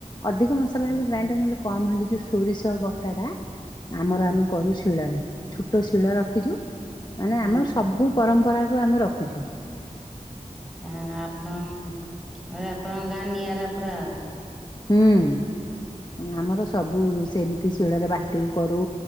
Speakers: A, on the left (about 30°); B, in the centre.
A: ଅଧିକ ମସଲା ହେଲେ
B: ହୁଁ
A: ଗ୍ରାଇଣ୍ଡର ନହେଲେ କମ ହେଲି ଯୋଉ ସୋରିଷ ବଟାଟା ଆମର
B: ହୁଁ
A: ଆମ କରୁ ଶିଳ ରେ ଛୋଟ ଶିଳ ରଖିଜୁ। ମାନେ
B: ହୁଁ
A: ଆମର ସବୁ ପରମ୍ପରାକୁ ଆମେ ରଖିଚୁ।
B: ଏଁ ଆପଣ ମାନେ ଆପଣଙ୍କ ଗାଁ ନିଆରା ପୁରା ଆଉ।
A: ହୁଁ ଆମର ସବୁ ସେମିତି ଶିଳରେ ବାଟିକି କରୁ।